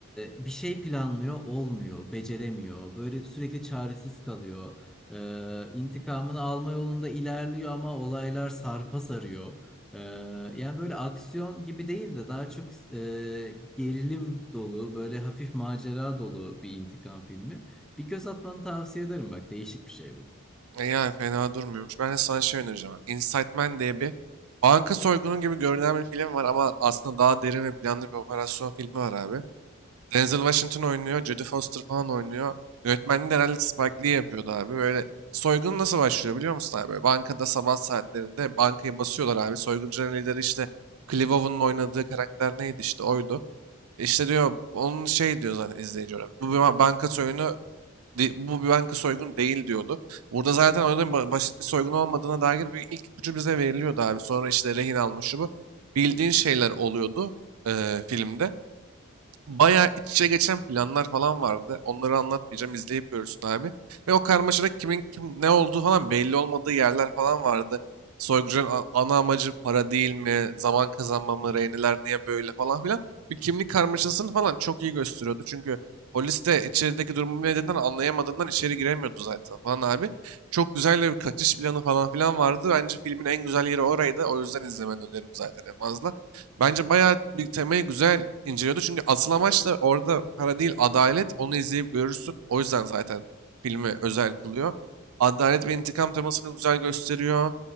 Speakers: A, in the centre; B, on the right.
A: e, bir şey planlıyor olmuyor, beceremiyor. Böyle sürekli çaresiz kalıyor. E, intikamını alma yolunda ilerliyor ama olaylar sarpa sarıyor. E, yani böyle aksiyon gibi değil de daha çok e, gerilim dolu, böyle hafif macera dolu bir intikam filmi. Bir göz atmanı tavsiye ederim bak değişik bir şey bu.
B: E yani fena durmuyormuş. Ben de sana şey önereceğim. Inside Man diye bir banka soygunu gibi görünen bir film var ama aslında daha derin ve planlı bir operasyon filmi var abi. Denzel Washington oynuyor. Jodie Foster falan oynuyor. Yönetmenliği de herhalde Spike Lee yapıyordu abi. Böyle soygun nasıl başlıyor biliyor musun abi? Böyle bankada sabah saatlerinde bankayı basıyorlar abi. Soyguncuların lideri işte Clive Owen'ın oynadığı karakter neydi işte oydu. İşte diyor onun şey diyor zaten izleyici olarak. Bu bir ba- banka soygunu de- bu bir banka soygunu değil diyordu. Burada zaten olayın ba- basit bir soygun olmadığına dair bir ilk ipucu bize veriliyordu abi. Sonra işte rehin almış şu bu. Bildiğin şeyler oluyordu eee, filmde. Bayağı iç içe geçen planlar falan vardı. Onları anlatmayacağım. izleyip görürsün abi. Ve o karmaşada kimin kim ne olduğu falan belli olmadığı yerler falan vardı. Soygucunun a- ana amacı para değil mi? Zaman kazanma mı? Reyneler niye böyle falan filan. Bir kimlik karmaşasını falan çok iyi gösteriyordu. Çünkü polis de içerideki durumu nedeninden anlayamadığından içeri giremiyordu zaten falan abi. Çok güzel bir kaçış planı falan filan vardı. Bence filmin en güzel yeri oraydı. O yüzden izlemeni öneririm zaten en fazla. Bence bayağı bir temayı güzel inceliyordu. Çünkü asıl amaç da orada para değil adalet. Onu izleyip görürsün. O yüzden zaten filmi özel kılıyor. Adalet ve intikam temasını güzel gösteriyor.